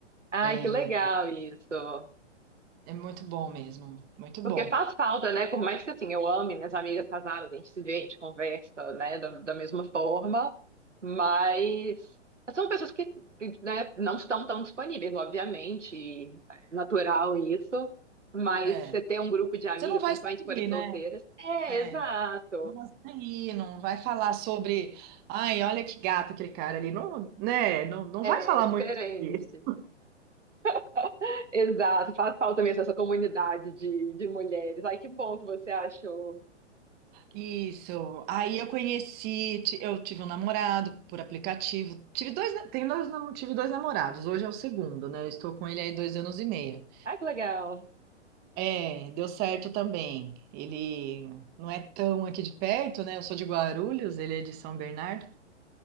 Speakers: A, on the right; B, on the right.
A: Ai,
B: É,
A: que legal isso.
B: é muito bom mesmo, muito bom.
A: Porque faz falta, né? Por mais que assim, eu ame minhas amigas casadas, a gente se vê, a gente conversa, né? Da, da mesma forma, mas são pessoas que, né, não estão tão disponíveis, obviamente, e é natural isso. Mas
B: É,
A: você ter um grupo de amigas,
B: você não vai
A: principalmente
B: saber,
A: se forem solteiras,
B: né?
A: é
B: É,
A: exato,
B: mas aí não vai falar sobre, ai, olha que gato aquele cara ali, não, né? Não, não
A: é
B: vai falar
A: diferente.
B: muito disso.
A: <laughs> Exato, faz falta mesmo essa comunidade de, de mulheres. Ai, que bom que você achou.
B: Isso. Aí eu conheci, ti- eu tive um namorado por aplicativo. Tive dois, na- tenho dois, nam- tive dois namorados. Hoje é o segundo, né? Eu estou com ele aí dois anos e meio.
A: Ai, que legal.
B: É, deu certo também. Ele não é tão aqui de perto, né? Eu sou de Guarulhos, ele é de São Bernardo.